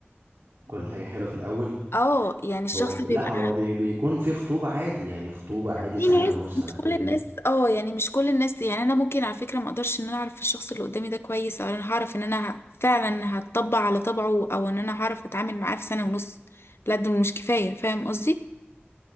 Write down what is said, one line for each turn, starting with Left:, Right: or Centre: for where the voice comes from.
Right: كل حاجه حلوه في الاول
Left: اه يعني الشخص
Right: هو ب...
Left: بيبقى
Right: لا هو بي... بيكون في خطوبه عادي يعني خطوبه عادي
Left: في
Right: سنه
Left: ناس
Right: ونص
Left: مش
Right: سنتين
Left: كل الناس اه يعني مش كل الناس يعني انا ممكن على فكره ما اقدرش ان انا اعرف الشخص اللي قدامي ده كويس او انا هعرف ان انا ه- فعلا هتطبع على طبعه او ان انا هعرف اتعامل معاه في سنه ونص لا دول مش كفايه فاهم قصدي